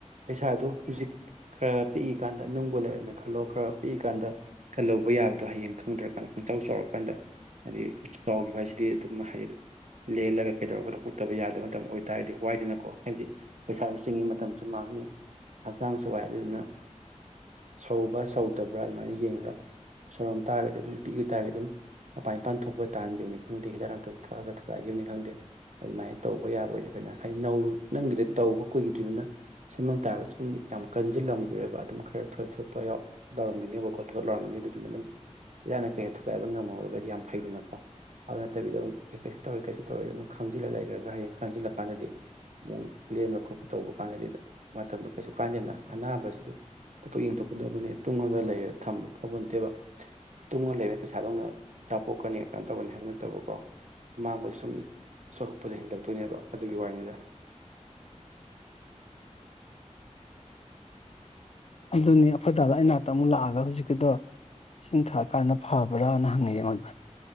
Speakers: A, on the right (about 70°); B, on the left (about 60°).
A: ꯄꯩꯁꯥꯗꯨ ꯍꯨꯖꯤꯛ ꯈꯔꯥ ꯄꯤꯛꯏꯀꯥꯟꯗ ꯅꯨꯡꯕꯨ ꯂꯩꯔꯝꯃꯦ ꯈꯜꯂꯣ ꯈꯔꯥ ꯄꯤꯛꯏꯀꯥꯟꯗ ꯀꯜꯂꯧꯕ ꯌꯥꯕꯗꯣ ꯍꯌꯦꯡ ꯈꯪꯗ꯭ꯔꯥ ꯀꯥꯟꯗ ꯈꯪꯆꯥꯎ ꯆꯥꯎꯔꯀꯥꯟꯗ ꯍꯥꯏꯗꯤ ꯈꯪꯆꯥꯎꯒꯤꯕ ꯍꯥꯏꯁꯤ ꯗꯤ ꯑꯗꯨꯝ ꯍꯩ ꯂꯦꯜꯂꯒꯥ ꯀꯩꯗꯧꯔꯒꯥ ꯇꯕ ꯌꯥꯗꯕ ꯃꯇꯝ ꯑꯣꯏꯇꯥꯥꯔꯗꯤ ꯋꯥꯏꯗꯅꯀꯣ ꯍꯥꯏꯕꯗꯤ ꯄꯩꯁꯥꯖꯨ ꯆꯤꯡꯉꯤ ꯃꯠ ꯇꯝꯁꯨ ꯃꯥꯡꯅꯤ ꯍꯛꯆꯥꯡꯁꯨ ꯋꯥꯏ ꯑꯗꯨꯗꯨꯅ ꯁꯧꯕ꯭ꯔꯥ ꯁꯧꯗꯕ꯭ꯔꯥ ꯑꯗꯨꯃꯥꯏꯅ ꯌꯦꯡꯉꯒꯥ ꯁꯧꯔꯝ ꯇꯥꯔꯒꯗꯤ ꯑꯗꯨꯝ ꯄꯤꯛ ꯏ ꯇꯔꯗꯤ ꯑꯗꯨꯝ ꯃꯄꯥꯟ ꯏꯄꯥꯟ ꯊꯣꯛꯄ ꯇꯥꯍꯟꯒꯤꯕꯅꯤ ꯈꯪꯗꯦ ꯍꯤꯗꯥꯛ ꯂꯥꯡꯊꯛ ꯊꯛꯑꯒ ꯊꯨꯒꯥꯏꯒꯤꯕꯅꯤ ꯈꯪꯗꯦ ꯑꯗꯨꯃꯥꯏꯅ ꯇꯧꯕ ꯌꯥꯕ ꯑꯣꯏꯗꯤ ꯐꯩꯗꯅ ꯍꯥꯏꯗꯤ ꯅꯧ ꯅꯪꯒꯤꯗꯤ ꯇꯧꯕ ꯀꯨꯏꯒꯤꯗ꯭ꯔꯤꯃꯤꯅ ꯁꯦꯝꯃꯝ ꯇꯥꯔꯒꯁꯨ ꯁꯨꯝ ꯌꯥꯝ ꯀꯟꯖꯤꯜ ꯂꯝꯒꯤꯔꯣꯏꯕ ꯑꯗꯨꯝ ꯈꯔ ꯊꯣꯠ ꯊꯣꯠꯄ ꯌꯥꯎ ꯅꯧꯔꯝꯒꯤꯅꯤ ꯅꯦꯕꯀꯣ ꯊꯣꯊꯣꯠ ꯂꯥꯎꯔꯝꯒꯤꯅꯤ ꯑꯗꯨꯗꯨꯅ ꯑꯗꯨꯝ ꯏꯔꯥꯡꯅ ꯀꯩꯅ ꯊꯨꯒꯥꯏꯕ ꯉꯝꯍꯧꯔꯒꯥꯗꯤ ꯌꯥꯝ ꯐꯩꯗꯅꯀꯣ ꯑꯥꯎ ꯅꯠꯇꯕꯤꯗ ꯑꯗꯨꯝ ꯀꯩꯁꯨ ꯇꯧꯔꯣꯏ ꯀꯩꯁꯨ ꯇꯧꯔꯣꯏ ꯑꯗꯨꯝ ꯈꯪꯖꯤꯜꯂꯒ ꯂꯩꯒ꯭ꯔꯥꯒ ꯍꯌꯦꯡ ꯀꯟꯖꯤꯜꯂꯛ ꯀꯥꯟꯗꯗꯤ ꯃꯨꯛ ꯂꯦꯝꯕ ꯈꯣꯠꯄ ꯇꯧꯕ ꯀꯥꯟꯗꯗꯤ ꯃꯇꯝꯗꯣ ꯀꯩꯁꯨ ꯀꯥꯟꯗꯦꯅ ꯑꯅꯥꯕꯁꯤꯗꯤ ꯊꯣꯠꯊꯣꯛ ꯌꯦꯡꯊꯣꯛꯀꯗꯕꯅꯦ ꯇꯨꯡꯉꯒ ꯂꯩꯔ ꯊꯝꯕ ꯐꯥꯕꯣꯟꯇꯦꯕ ꯇꯨꯡꯉ ꯂꯩꯔ ꯄꯩꯁꯥꯗꯧꯅ ꯆꯥꯄꯣꯛꯀꯥꯅꯤ ꯀꯩꯅꯣ ꯇꯧꯒꯅꯤ ꯍꯥꯏꯕ ꯅꯠꯇꯕꯀꯣ ꯑꯃꯥꯡꯕ ꯁꯨꯝ ꯁꯣꯔꯛꯄꯗ ꯍꯦꯟꯖꯤꯟꯂꯛꯇꯣꯏꯅꯦꯕ ꯑꯗꯨꯒꯤ ꯋꯥꯔꯤꯅꯤꯗ
B: ꯑꯗꯨꯅꯤ ꯑꯈꯣꯏ ꯗꯥꯗꯣ ꯑꯩ ꯅꯥꯛꯇꯥ ꯑꯃꯨꯛ ꯂꯥꯛꯑꯒ ꯍꯧꯖꯤꯛꯀꯤꯗꯣ ꯏꯁꯤꯡ ꯊꯛꯑꯀꯥꯟꯗ ꯐꯕ꯭ꯔꯥꯅ ꯍꯉꯛꯑꯦ ꯑꯩꯉꯣꯟꯗ